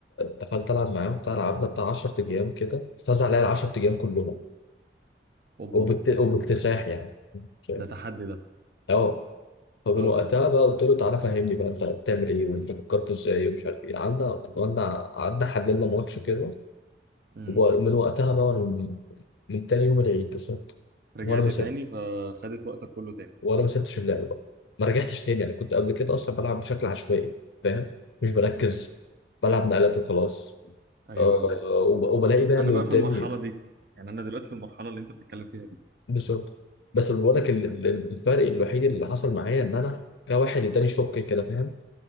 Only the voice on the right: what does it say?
اوبا
ده تحدي ده
اه
امم
رجعت
تاني فخدت وقتك كله تاني
امم
ايوه
ايوه
انا
بقى
في المرحله دي يعني انا دلوقتي في المرحله اللي انت بتتكلم فيها دي